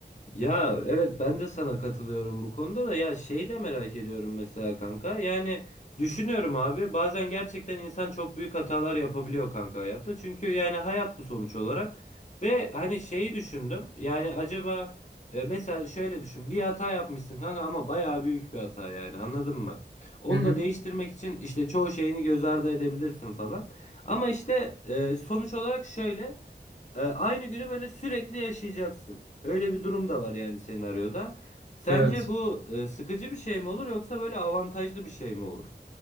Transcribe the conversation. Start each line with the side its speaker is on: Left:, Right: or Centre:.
Left: Ya evet ben de sana katılıyorum bu konuda da ya şey de merak ediyorum mesela kanka. Yani düşünüyorum abi bazen gerçekten insan çok büyük hatalar yapabiliyor kanka hayatta. Çünkü yani hayat bu sonuç olarak. Ve hani şeyi düşündüm. Yani acaba e, mesela şöyle düşün. Bir hata yapmışsın kanka ama bayağı büyük bir hata yani anladın mı? Onu
Right: Hı hı.
Left: da değiştirmek için işte çoğu şeyini göz ardı edebilirsin falan. Ama işte e, sonuç olarak şöyle. E, aynı günü böyle sürekli yaşayacaksın. Öyle bir durum da var yani senaryoda. Sence
Right: Evet.
Left: bu e, sıkıcı bir şey mi olur yoksa böyle avantajlı bir şey mi olur?